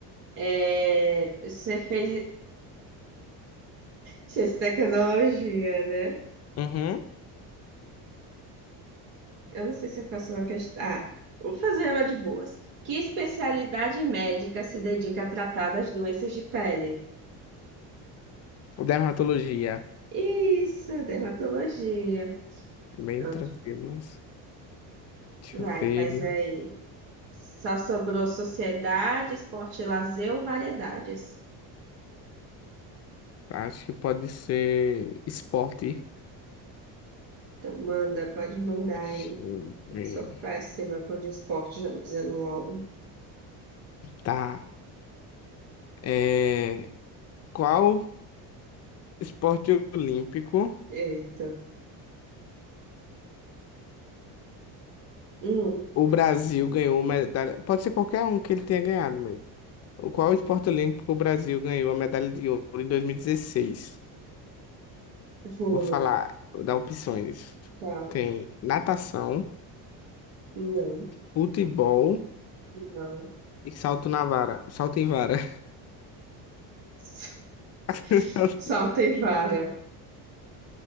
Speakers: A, on the right; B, on the left.
A: É, você fez ciência e tecnologia, né?
B: Uhum.
A: Eu não sei se eu faço uma questão. Ah, vou fazer uma de boas. Que especialidade médica se dedica a tratar das doenças de pele?
B: Dermatologia.
A: Isso, dermatologia.
B: Bem
A: Pronto,
B: tranquilo. mas Deixa
A: vai,
B: eu ver.
A: faz aí. Só sobrou sociedade, esporte, e lazer ou variedades?
B: Acho que pode ser esporte.
A: Então, manda, pode mandar
B: Deixa
A: aí.
B: eu ver.
A: Sou péssima com de esporte já me dizendo logo.
B: Tá. É... Qual esporte olímpico
A: Eita. Hum,
B: o Brasil ganhou medalha? Pode ser qualquer um que ele tenha ganhado mesmo. O Qual esporte olímpico o Brasil ganhou a medalha de ouro em 2016?
A: vôlei.
B: Vou falar, vou dar opções.
A: Tá.
B: Tem natação,
A: Não,
B: futebol.
A: não.
B: E salto na vara. Salto em vara.
A: <laughs>
B: <laughs>
A: Saltei vara.